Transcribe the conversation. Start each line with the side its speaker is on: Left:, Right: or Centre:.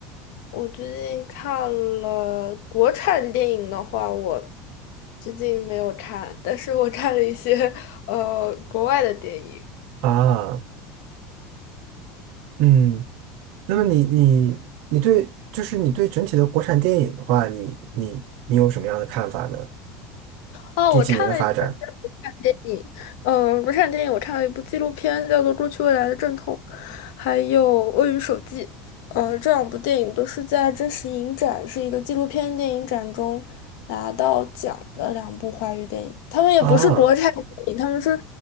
Left: 我最近看了国产电影的话，我最近没有看，但是我看了一些呃国外的电影。
Right: 啊，嗯。那么你你你对，就是你对整体的国产电影的话，你你你有什么样的看法呢？
Left: 哦，
Right: 这几年的发展
Left: 我看了一部电影，嗯、国产电影我看了一部纪录片，叫做《过去未来的阵痛》，还有《鳄鱼手记》。呃，这两部电影都是在真实影展，是一个纪录片电影展中拿到奖的两部华语电影。他们也不是国产电影，
Right: 啊，
Left: 他们是